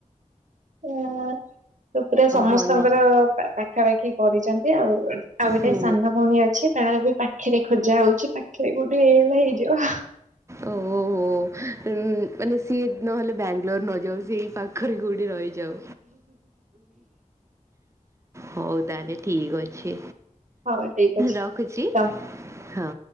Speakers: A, on the right (about 65°); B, on the right (about 20°).
A: ହୁଁ। ତ ପୁରା ସମସ୍ତଙ୍କର
B: ଭଲ
A: ପାଖାପାଖି କରିଛନ୍ତି ଆଉ। ଆଉ ଗୋଟେ
B: ହୁଁ
A: ସାନ ଭଉଣୀ ଅଛି ତାର ବି ପାଖରେ ଖୋଜା ହଉଛି। ପାଖରେ କୋଉଠି ହେଇଗଲେ ହେଇଯିବ
B: ଓହୋ ଉ ମାନେ ସିଏ ନହେଲେ ବାଙ୍ଗଲୋର ନ ଯାଉ ସେ ପାଖରେ କଉଠି ରହିଯାଉ ହଉ ତାହେଲେ ଠିକ ଅଛି।
A: ହଉ ଠିକ ଅଛି
B: ରଖୁଛି
A: ତ
B: ହଁ।